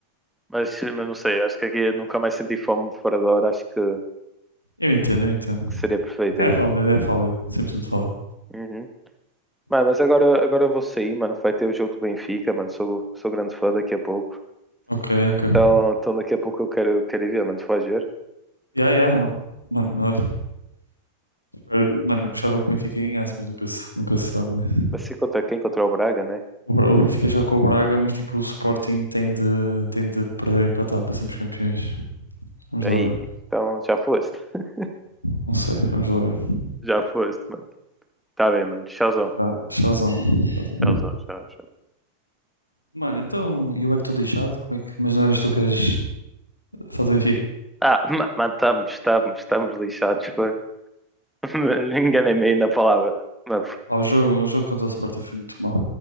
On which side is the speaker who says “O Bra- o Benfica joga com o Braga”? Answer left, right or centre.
Left